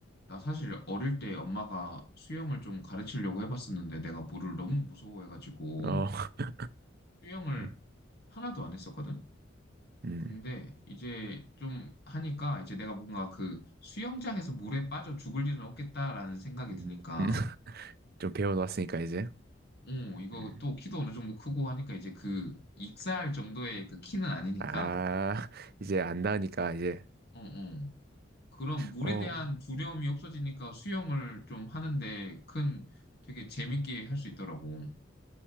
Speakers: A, on the left (about 55°); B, on the right (about 55°).
A: 나 사실 어릴 때 엄마가 수영을 좀 가르치려고 해봤었는데 내가 물을 너무 무서워해가지고
B: 어, <laughs>
A: 수영을
B: 음,
A: 하나도 안 했었거든?
B: 음,
A: 근데 이제 좀 하니까 이제 내가 뭔가 그 수영장에서 물에 빠져 죽을 일은 없겠다라는 생각이
B: 음,
A: 드니까
B: 음. <laughs> 좀 배워놨으니까, 이제.
A: 어, 이거
B: 음.
A: 또 키도 어느 정도 크고 하니까 이제 그 익사할 정도의 그 키는 아니니까
B: 아, <laughs> 이제 안다니까, 이제.
A: 어, 어. 그런 물에
B: 어,
A: 대한 두려움이 없어지니까 수영을 좀 하는데 큰 되게 재밌게 할 수 있더라고.